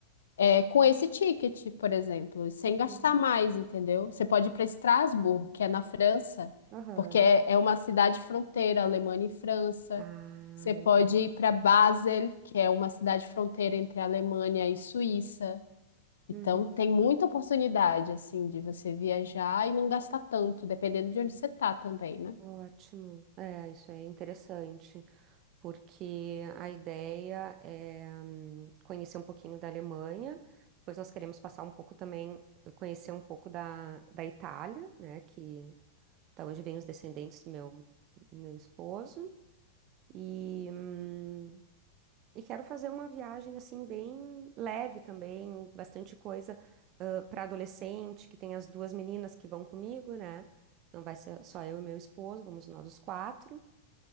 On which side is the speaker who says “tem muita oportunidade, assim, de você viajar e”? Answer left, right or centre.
Left